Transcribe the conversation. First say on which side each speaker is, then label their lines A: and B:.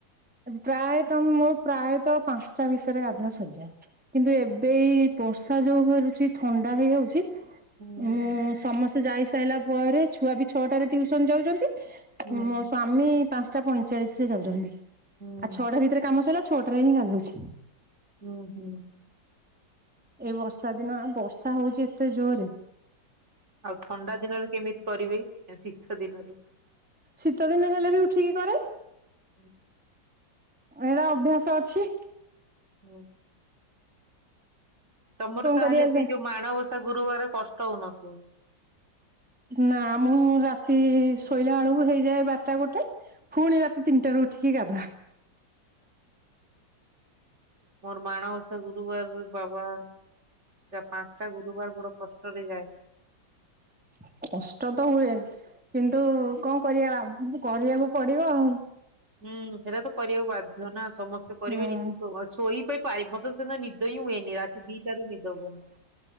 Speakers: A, in the centre; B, on the right.
A: ପ୍ରାୟ ତମେ ମୋ ପ୍ରାୟତଃ ପାଁଶଟା ଭିତରେ ଗାଧୁଆ ସରିଯାଏ। କିନ୍ତୁ ଏବେ ଏଇ ବର୍ଷା ଯୋଉ ହେରୁଚି ଥଣ୍ଡା ହେଇଯାଉଚି।
B: ହୁଁ
A: ଉଁ ସମସ୍ତେ ଯାଇସାଇଲା ପରେ ଛୁଆ ବି ଛଅଟାରେ ଟିଉସନ୍ ଯାଉଚନ୍ତି।
B: ହୁଁ
A: ମୋ ସ୍ଵାମୀ ପାଁଶଟା ପଇଁଚାଳିଶରେ ଯାଉଚନ୍ତି
B: ହୁଁ
A: ଆ ଛଅଟା ଭିତରେ କାମ ସଇଲା। ଛଅଟାରେ ହିଁ ଗାଧୋଉଛି।
B: ଉଁ ହୁଁ।
A: ଏଇ ବର୍ଷା ଦିନ ଆଉ ବର୍ଷା ହଉଚି ଏତେ ଜୋରେ।
B: ଆଉ ଥଣ୍ଡା ଦିନରେ କେମିତି କରିବି ଏ ଶୀତ ଦିନରେ?
A: ଶୀତ ଦିନ ହେଲେ ବି ଉଠିକି କରେ।
B: ହୁଁ
A: ଏରା ଅଭ୍ୟାସ ଅଛି।
B: ହୁଁ। ତମର
A: କଣ
B: ତାହେଲେ
A: କରିବା
B: ସେ
A: ଯା
B: ଯୋଉ ମାଣବସା ଗୁରୁବାର କଷ୍ଟ ହଉନଥୁବ।
A: ନାଁ ମୁଁ ରାତି ଶୋଇଲା ଅଳୁକୁ ହେଇଯାଏ ବାରଟା ଗୋଟେ। ଫୁଣି ରାତି ତିନିଟାରୁ ଉଠିକି ଗାଧୁଆ।
B: ମୋର ମାଣବସା ଗୁରୁବାର ବାବା! ଯା ପାଁଶଟା ଗୁରୁବାର ବଡ଼ କଷ୍ଟରେ ଯାଏ।
A: ହ କଷ୍ଟ ତ ହୁଏ କିନ୍ତୁ କଁ କରିବା ବା କରିବାକୁ ପଡ଼ିବ ଆଉ।
B: ହୁଁ ସେଟା ତ କରିବାକୁ ବାଧ୍ୟ ନାଁ ସମସ୍ତେ କରିବେ
A: ହୁଁ
B: ନିଜେ ଶୁଅ ଶୋଇ ହୋଇ ପାରି ମତେ ସେଦିନ ନିଦ ହଁ ହୁଏନି ରାତି ଦିଟାରୁ ନିଦ ହବନି।